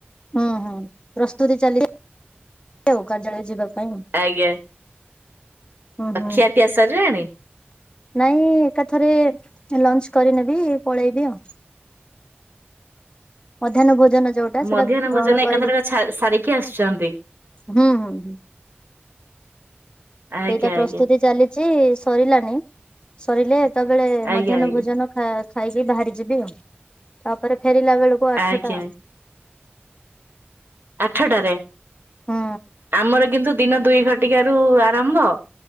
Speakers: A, on the left (about 20°); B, on the right (about 60°).
A: ହୁଁ ହୁଁ ପ୍ରସ୍ତୁତି ଚାଲି ଆଉ କାର୍ଯ୍ୟାଳୟ ଯିବାକୁ। କାଇଁ
B: ଆଜ୍ଞା
A: ହୁଁ
B: ଆଉ
A: ହୁଁ।
B: ଖିଆ ପିଆ ସରିଲାଣି?
A: ନାଇଁ ଏକାଥରେ ଲଞ୍ଚ କରିନେବି ପଳେଇବି ଆଉ। ମଧ୍ୟାହ୍ନ ଭୋଜନ ଯୋଉଟା
B: ମଧ୍ୟାହ୍ନ
A: ସେଟା ଗ୍ରହଣ
B: ଭୋଜନ ଏକାଥରକେ
A: କରିକି
B: ଛା ସାରିକି ଆସୁଛନ୍ତି।
A: ହୁଁ ହୁଁ ହୁଁ।
B: ଆଜ୍ଞା
A: ସେଇଟା ପ୍ରସ୍ତୁତି
B: ଆଜ୍ଞା
A: ଚାଲିଛି ସରିଲାନି ସରିଲେ ତବେଳେ
B: ଆଜ୍ଞା
A: ମଧ୍ୟାହ୍ନ
B: ଆଜ୍ଞା।
A: ଭୋଜନ ଖା-ଖାଇକି ବାହାରି ଯିବି ଆଉ, ତାପରେ ଫେରିଲା ବେଳକୁ କୁ ଆଠଟା
B: ଆଜ୍ଞା ଆଠଟାରେ,
A: ହୁଁ
B: ଆମର କିନ୍ତୁ ଦିନ ଦୁଇ ଘଟିକା ରୁ ଆରମ୍ଭ